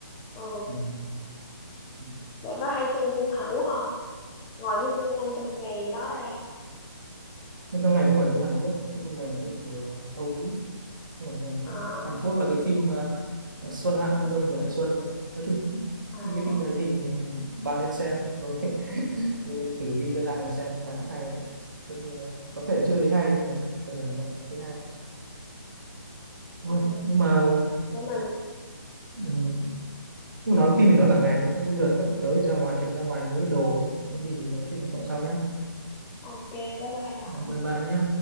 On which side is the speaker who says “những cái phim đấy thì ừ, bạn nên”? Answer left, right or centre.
Right